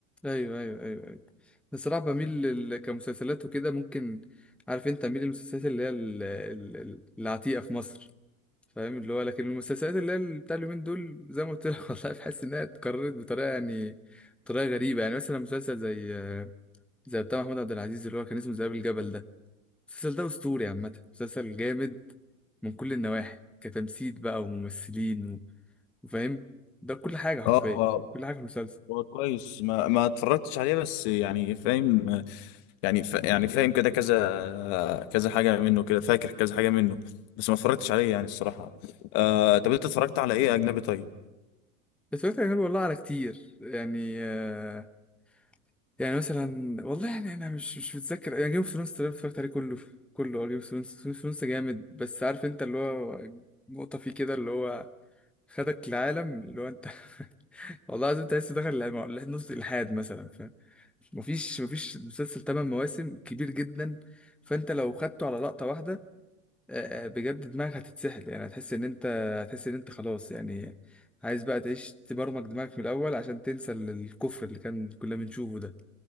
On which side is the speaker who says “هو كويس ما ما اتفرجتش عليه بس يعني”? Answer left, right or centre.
Left